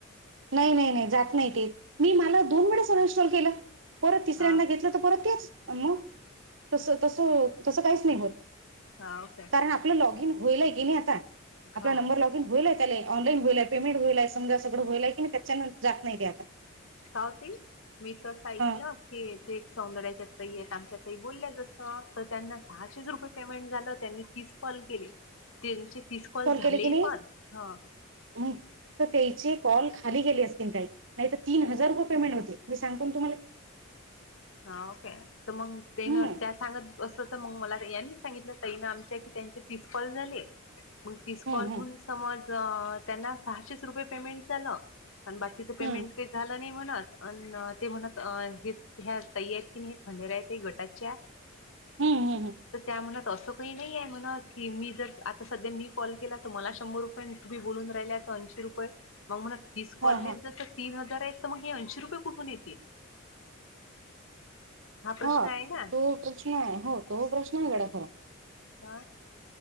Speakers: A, on the right; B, on the left.
A: नाय नाय नाय जात नाय ते मी मला दोन वेळेस सनइन्स्टॉल केलं. परत तिसऱ्यांदा
B: हा
A: घेतलं तर परत तेच मग तस तस तसं काहीच नाही होत.
B: हावं काय
A: म आपल लॉगिन होईलय की नय आता
B: हा
A: आपला नंबर लॉग होईलय त्याले ऑनलाईन होईलय पेमेंट होईलय समजा सगळं होईलय की त्याच्याणी जात नाय ते आता.
B: का ओ ती मी पण असं ऐकलं
A: ह
B: की ते एक सौंदर्याच्या येत आमच्या काही बोलल्या जास्त तर त्यांना सहाशेच रुपये पेमेंट झालं त्यांनी तीस कॉल केले त्यांचे तीस कॉल झाले
A: केले की नाही
B: पण ह
A: मग तर त्याचे कॉल खाली गेले असतील काही नाहीतर तीन हजार रुपये पेमेंट होते मी सांगतो ना तुम्हाला.
B: हाव काय. तर मंग तेन
A: हम्म
B: त्या सांगत असत त मग मला रिया नी सांगितलं तई न आमच्या की त्याचे तीस कॉल झाले. <unintelligible> मग तीस
A: हम्म
B: कॉल
A: हम्म
B: होहून समज त्यांना सहाशेच रुपये पेमेंट झालं आणि बा तिचं पेमेंट
A: हम्म
B: काय झालं नाही म्हणत अ ते म्हणत हेत त ह्या ताई आहेत की नाय खंडेराकी गटाच्या
A: हम्म हम्म
B: तर त्या म्हणत असं काही नाही ये म्हणा की मी जर आता सध्या मी कॉल केला तर मला शंभर रुपय ती बोलून राहिल्यात त ऐंशी रुपये मग म्हन तीस कॉल
A: हा हा
B: जसं तीन हजार आहेत तर मग हे ऐशी रुपये कुठून येतील. प्रश्न
A: हा
B: आहे
A: तो
B: ना
A: प्रश्न आहे हो तो प्रश्न आहे गड्या खरा
B: हा